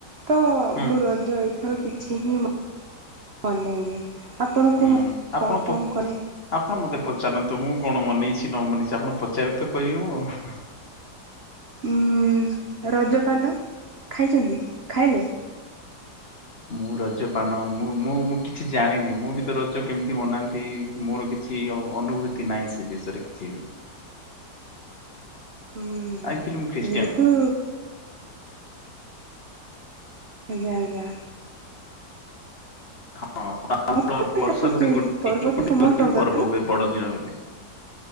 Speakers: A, on the right; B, on the left.
A: ତ
B: ହୁଁ
A: ମୁଁ ରଜ ଏଇଥର କିଛି ହିଁ ମନେଇନି। ଆପଣଙ୍କୁୁ
B: ହୁଁ ଆପଣ
A: କଣ
B: ପ
A: କଣ କରେ?
B: ଆପଣ ମତେ ପଚାରନ୍ତୁ ମୁଁ କଣ ମନେଇଛି ନ ମନେଇଛି, ଆପଣ ପଚାରିବେ ତ କହିହେବ।
A: ହୁଁ ରଜପାନ ଖାଇଛନ୍ତି, ଖାଇଲେ?
B: ମୁଁ ରଜ ପାନ ମୁଁ ମୁଁ ମୁଁ କିଛି ଜାଣିନି, ମୁଁ ବି ତ ରଜ କେମିତି ବନାନ୍ତି? ମୋର କିଛି ଅଅନୁଭୂତି ନାହିଁ ସେ ବିଷୟରେ କିଛି।
A: ହୁଁ,
B: ଆକ୍ଚୁଆଲି ମୁଁ ଖ୍ରୀଷ୍ଟିଆନ
A: ଯେହେତୁ ଆଜ୍ଞା ଆଜ୍ଞ।
B: ହଁ ଆମର
A: ହଉଛି
B: ବର୍ଷ ଗୋଟେ
A: ପର୍ବ
B: <unintelligible>
A: ତ ସମସ୍ତଙ୍କର
B: ପର୍ବ ହୁଏ ବଡଦିନ ବୋଲି।